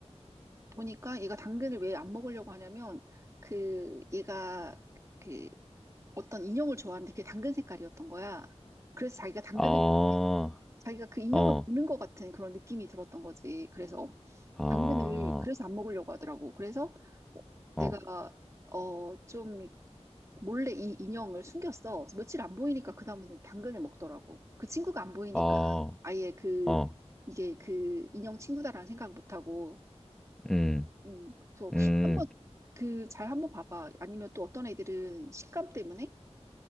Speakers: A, on the right (about 25°); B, in the centre.
A: 보니까 얘가 당근을 왜 안 먹으려고 하냐면 그 얘가 그 어떤 인형을 좋아하는데 그게 당근 색깔이었던 거야. 그래서 자기가 당근을
B: 아.
A: 자기가 그 인형을
B: 어.
A: 먹는 것 같은 그런 느낌이 들었던 거지. 그래서
B: 아.
A: 당근을 그래서 안 먹으려고 하더라고. 그래서 어,
B: 어.
A: 내가 어 좀 몰래 이 인형을 숨겼어. 그래서 며칠 안 보이니까 그다음에는 당근을 먹더라고. 그 친구가 안 보이니까
B: 어.
A: 아예 그
B: 어.
A: 이게 그 인형 친구다라는 생각을 못 하고.
B: 음.
A: 음, 그래서
B: 음.
A: 한번 그 잘 한번 봐봐. 아니면 또 어떤 애들은 식감 때문에